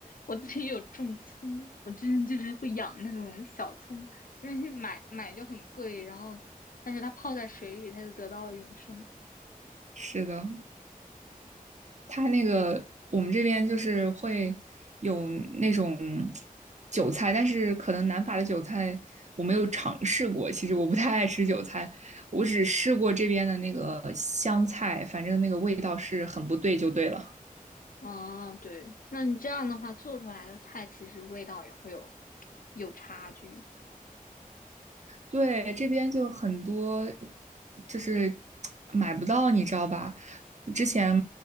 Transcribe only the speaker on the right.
<laughs> 是的，它那个我们这边就是会有那种韭菜，但是可能南法的韭菜我没有尝试过。其实我不太爱吃韭菜，我只试过这边的那个香菜，反正那个味道是很不对，就对了。
对，这边就很多就是买不到，你知道吧？之前